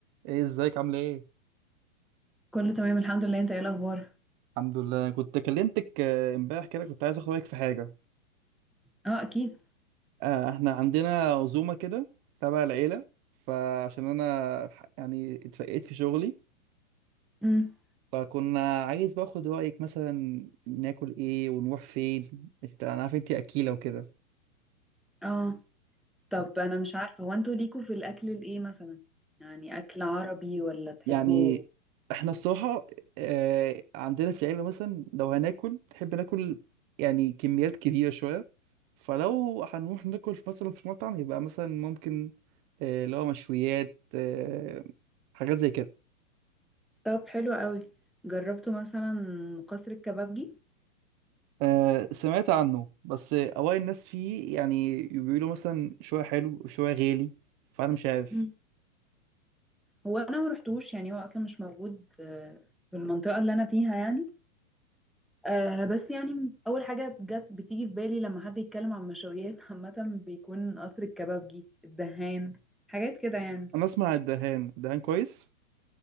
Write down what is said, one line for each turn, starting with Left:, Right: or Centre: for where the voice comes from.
Right: ايه ازيك عامله ايه
Centre: كله تمام الحمد لله انت ايه الاخبار
Right: الحمد لله أنا كنت كلمتك آه، امبارح كده كنت عايز اخد رايك في حاجه
Centre: اه اكيد
Right: آه، احنا عندنا عزومه كده تبع العيله فعشان انا ح- يعني اتفقت في شغلي
Centre: امم
Right: فكنا عايز باخد رايك مثلا ناكل ايه ونروح فين انت انا عارف انت اكيله وكده
Centre: اه طب انا مش عارفه هو انتوا ليكوا في الاكل الايه مثلا يعني اكل عربي ولا تحبوا
Right: يعني احنا الصراحة آه، عندنا في العيلة مثلا لو هناكل نحب ناكل يعني كميات كبيرة شوية فلو هنروح ناكل في مثلا في مطعم يبقى مثلا ممكن آه، اللي هو مشويات آه، حاجات زي كده
Centre: طب حلو قوي جربتوا مثلا قصر الكبابجي
Right: آه، سمعت عنه بس آه، أوائل الناس فيه يعني بيقولوا مثلا شوية حلو وشوية غالي فأنا مش عارف
Centre: مم. هو انا ما رحتوش يعني هو اصلا مش موجود آه، في المنطقه اللي انا فيها يعني آه بس يعني اول حاجه جت بتيجي في بالي لما حد يتكلم عن مشويات <laughs> عامه بيكون قصر الكبابجي الدهان حاجات كده يعني
Right: أنا أسمع الدهان الدهان كويس